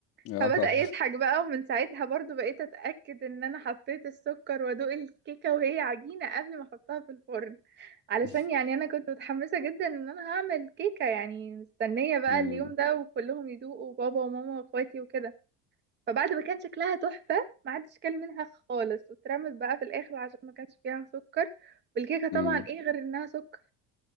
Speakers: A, on the left; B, on the right.
A: آه.
B: فبدأ يضحك بقى ومن ساعتها برضو بقيت أتأكد إن أنا حطيت السكر وأدوق الكيكة وهي عجينة قبل ما أحطها في الفرن علشان
A: <laughs>
B: يعني أنا كنت متحمسة جدا إن أنا هعمل كيكة يعني مستنية بقى
A: مم.
B: اليوم ده وكلهم يدوقوا بابا وماما وأخواتي وكده فبعد ما كان شكلها تحفة ما حدش كل منها خالص واترمت بقى في الآخر عشان ما كانش فيها سكر والكيكة طبعا
A: مم.
B: إيه غير إنها سكر